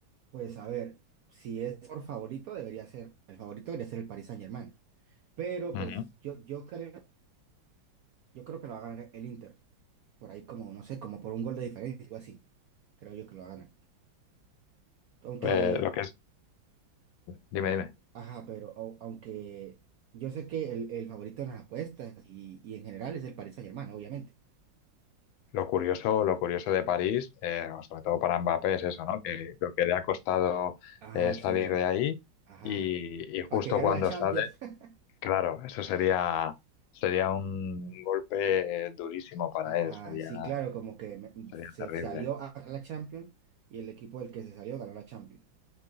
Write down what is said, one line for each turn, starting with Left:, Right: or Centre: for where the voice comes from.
Right: Pues a ver, si es por favorito, debería ser, el favorito debería ser el Paris Saint-Germain, pero
Left: Ujú.
Right: pues yo, yo creo, yo creo que lo va a ganar el Inter, por ahí como, no sé, como por un gol de diferencia, algo así, creo yo que lo va a ganar. Aunque,
Left: Eh, lo que es, dime, dime.
Right: ajá, pero au- aunque yo sé que el, el favorito en las apuestas y, y en general es el Paris Saint-Germain, obviamente.
Left: Lo curioso, lo curioso de París, eh, sobre todo para Mbappé, es eso, ¿no? Que lo que le ha costado
Right: Ajá,
Left: eh, salir
Right: sí,
Left: de ahí
Right: ajá.
Left: y, y justo
Right: Para que gane
Left: cuando
Right: la Champions.
Left: sale,
Right: <laughs>
Left: claro, eso sería, sería un golpe eh, durísimo para
Right: Ajá,
Left: él, sería,
Right: sí, claro, como que me-
Left: sería
Right: se
Left: terrible.
Right: salió a ganar la Champions y el equipo del que se salió ganó la Champions.